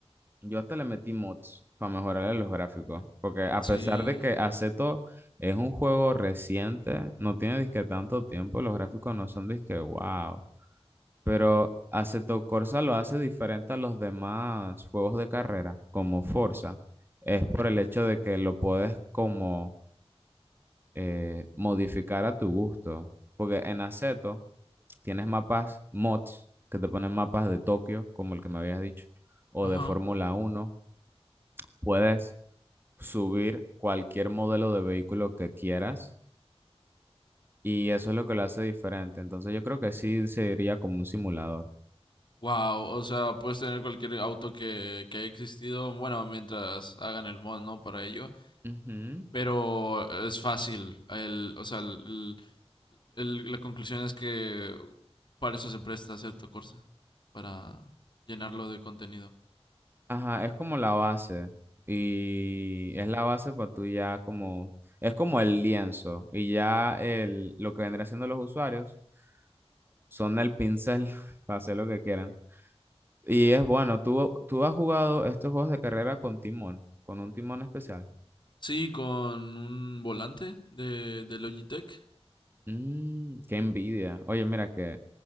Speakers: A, on the right (about 20°); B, on the left (about 45°).
A: Yo hasta le metí mods para mejorarle los gráficos, porque a
B: Sí.
A: pesar de que Aceto es un juego reciente, no tiene disque tanto tiempo, los gráficos no son disque wow, pero Aceto Corsa lo hace diferente a los demás juegos de carrera, como Forza, es por el hecho de que lo puedes como eh, modificar a tu gusto, porque en Aceto tienes mapas mods que te ponen mapas de Tokio, como el que me habías dicho, o
B: Ajá.
A: de Fórmula Uno puedes subir cualquier modelo de vehículo que quieras y eso es lo que lo hace diferente. Entonces yo creo que sí sería como un simulador.
B: Wow, o sea, puedes tener cualquier auto que, que haya existido, bueno, mientras hagan el mod, ¿no? Para ello,
A: Ujú.
B: pero es fácil. El, o sea, el- el- la conclusión es que para eso se presta cierto Corsa, para llenarlo de contenido.
A: Ajá, es como la base y es
B: Sí,
A: la base para tú ya como, es como el lienzo y ya el, lo que vendrá siendo los usuarios son el pincel <laughs> para hacer lo que quieran. Y es bueno, tú, tú has jugado estos juegos de carrera con timón, con un timón especial.
B: Sí, con un volante de, de Logitech.
A: Mm, qué envidia. Oye, mira que